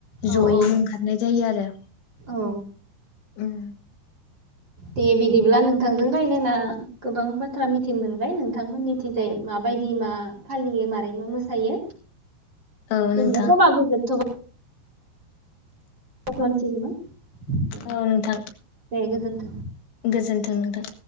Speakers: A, on the right; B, on the left.
A: औ
B: जयैनो
A: औ
B: ओंखारनाय जायो आरो
A: औ
B: ओम
A: दे बिदिब्ला नोंथांजों रायलायना गोबां बाथ्रा मिथिने मोनबाय नोंथांमोननिथिंजाय माबायदि मा फालियो मारै मा मोसायो
B: औ
A: जोंनिया
B: नोंथां
A: समाबो जोबथबाय दोथ'नोसै नामा दे
B: औ नोंथां
A: दे गोजोनथो
B: गोजोन्थों नोंथां।